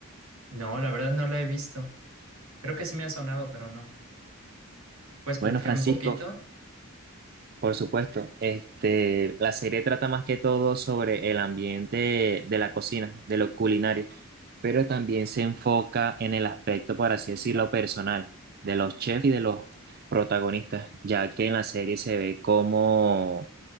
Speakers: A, on the right; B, on the right.
A: No, la verdad no la he visto. Creo que sí me ha sonado, pero no. ¿Puedes platicar
B: Bueno, Francisco,
A: un poquito?
B: por supuesto, este, la serie trata más que todo sobre el ambiente de la cocina, de lo culinario, pero también se enfoca en el aspecto, por así decirlo, personal de los chefs y de los protagonistas, ya que en la serie se ve cómo